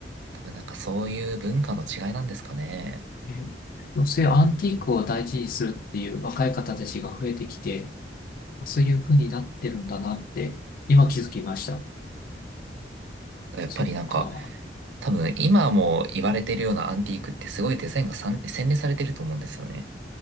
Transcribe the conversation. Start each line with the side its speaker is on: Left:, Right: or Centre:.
Right: 多分なんかそういう文化の違いなんですかね。
Left: え、女性アンティークを大事にするっていう若い方たちが増えてきて、そういう風になってるんだなって、今気づきました。
Right: やっぱりなんか
Left: そっか。
Right: 多分今も言われてるようなアンティークってすごいデザインがさん洗練されてると思うんですよね。